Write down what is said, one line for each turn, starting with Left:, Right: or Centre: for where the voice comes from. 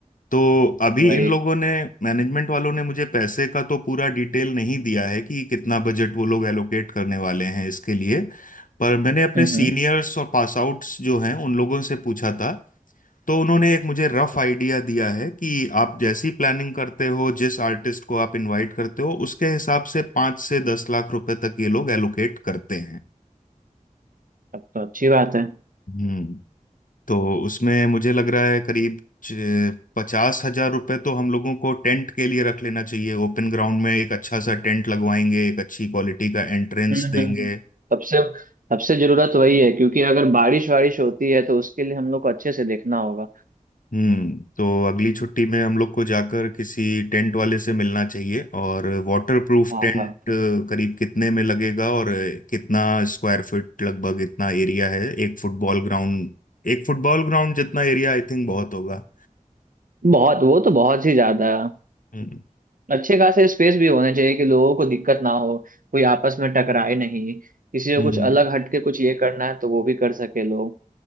Left: तो अभी
Right: वही
Left: इन लोगों ने मैनेजमेंट वालों ने मुझे पैसे का तो पूरा डिटेल नहीं दिया है कि कितना बजट वो लोग एलोकेट करने वाले हैं इसके लिए पर मैंने अपने
Right: हम्म
Left: सीनियर्स
Right: हम्म
Left: और पास आउट्स जो हैं उन लोगों से पूछा था तो उन्होंने एक मुझे रफ आइडिया दिया है कि आप जैसी प्लानिंग करते हो जिस आर्टिस्ट को आप इनवाइट करते हो उसके हिसाब से पाँच से दस लाख रुपए तक ये लोग एलोकेट करते हैं
Right: तब तो अच्छी बात है
Left: हम्म तो उसमें मुझे लग रहा है करीब पचास हजार रुपए तो हम लोगों को टेंट के लिए रख लेना चाहिए ओपन ग्राउंड में एक अच्छा सा टेंट लगवाएंगे एक अच्छी क्वालिटी का एंट्रेंस
Right: हम्म
Left: देंगे
Right: हम्म। सबसे सबसे जरूरत वही है क्योंकि अगर बारिश वारिश होती है तो उसके लिए हम लोग को अच्छे से देखना होगा
Left: हम्म तो अगली छुट्टी में हम लोग को जाकर किसी टेंट वाले से मिलना चाहिए और वाटर प्रूफ
Right: हाँ
Left: टेंट
Right: हाँ
Left: करीब कितने में लगेगा और कितना स्क्वायर फीट लगभग इतना एरिया है एक फुटबॉल ग्राउंड एक फुटबॉल ग्राउंड जितना एरिया आई थिंक बहुत होगा
Right: बहुत वो तो बहुत ही ज्यादा है
Left: हम्म
Right: अच्छे खासे स्पेस भी होने चाहिए कि लोगों को दिक्कत ना हो कोई आपस में टकराए नहीं किसी को
Left: हम्म
Right: कुछ अलग हटके कुछ ये करना है तो वो भी कर सके लोग